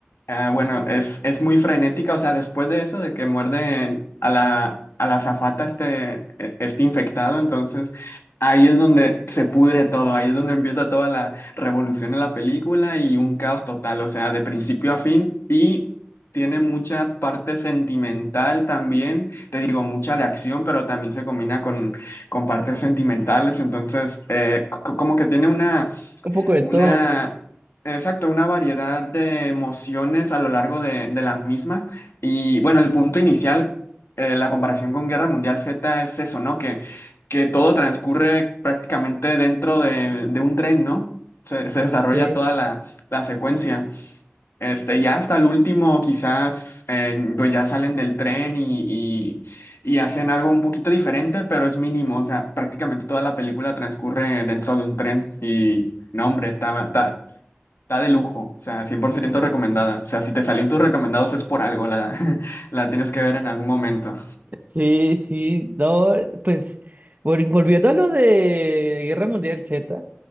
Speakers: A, on the left (about 70°); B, on the right (about 40°).
A: Ah, bueno, es, es muy frenética, o sea, después de eso, de que muerde a la, a la azafata este, e- este infectado, entonces ahí es donde se pudre todo, ahí es donde empieza toda la revolución en la película y un caos total, o sea, de principio a fin y tiene mucha parte sentimental también, te digo, mucha de acción, pero también se combina con, con partes sentimentales, entonces eh, c- como que tiene una
B: Un poco de
A: una,
B: todo.
A: exacto, una variedad de emociones a lo largo de, de la misma. Y bueno, el punto inicial, eh, la comparación con Guerra Mundial Z es eso, ¿no? Que, que todo transcurre prácticamente dentro de, de un tren, ¿no? Se, se desarrolla
B: Sí,
A: toda la, la secuencia. Este, ya hasta el último, quizás, eh, pues ya salen del tren y, y, y hacen algo un poquito diferente, pero es mínimo. O sea, prácticamente toda la película transcurre dentro de un tren. Y no, hombre, está, está, está de lujo. O sea, 100% recomendada. O sea, si te salió en tus recomendados es por algo. La, <laughs> la tienes que ver en algún momento.
B: sí, sí. No, pues vol- volviendo a lo de Guerra Mundial Z.